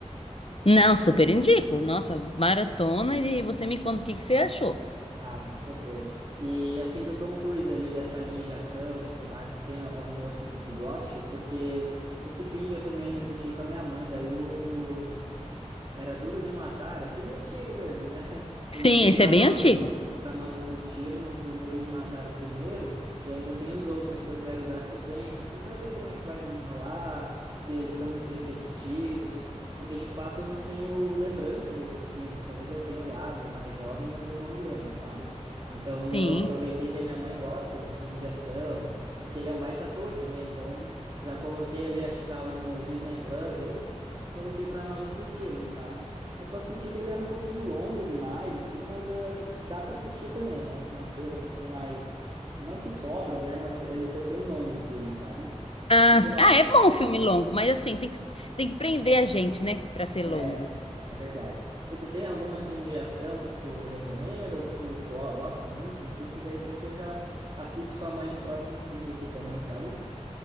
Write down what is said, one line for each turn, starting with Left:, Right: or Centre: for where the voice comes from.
Left: Não, super indico. Nossa, maratona e você me conta o que que você achou.
Right: Ah, com certeza. E assim, do Tom Cruise ali, dessa linha de ação e tudo mais, tu tem algum outro que tu goste? Porque esse fim de eu também assisti com a minha mãe, daí o era Duro de Matar, é filme antigo mesmo, né? <laughs> Eu
Left: Sim,
Right: botei
Left: esse
Right: para
Left: é bem
Right: nós
Left: antigo.
Right: para nós assistirmos o Duro de Matar o primeiro e ainda tem os outros que eu quero dar sequência, assim, para ver como é que vai desenrolar, se eles são muito repetitivos, porque de fato eu não tenho lembrança desses filmes. Talvez eu tenha olhado mais jovem, mas eu não me lembro, sabe? Então
Left: Sim.
Right: eu aproveitei que a minha mãe gosta de filme de ação e que ele é um baita ator também, então já coloquei ele, acho que estava no Disney Plus esse eu coloquei para nós assistirmos, sabe? Eu só senti que ele era um pouquinho longo demais, assim, mas eh, dá para assistir também, né? Umas cenas assim mais, não que sobram, né? Mas ele foi bem longo o filme, sabe?
Left: Ah,
Right: Tu tem
Left: s-
Right: al-
Left: ah, é bom um filme longo, mas assim, tem que, tem que prender a gente, né? Pra ser
Right: é,
Left: longo.
Right: é verdade. E tu tem algum assim de ação que tu recomenda ou que tu go- gosta muito, enfim, que de repente eu já assisto com a mãe no próximo fim de aqui também, sabe?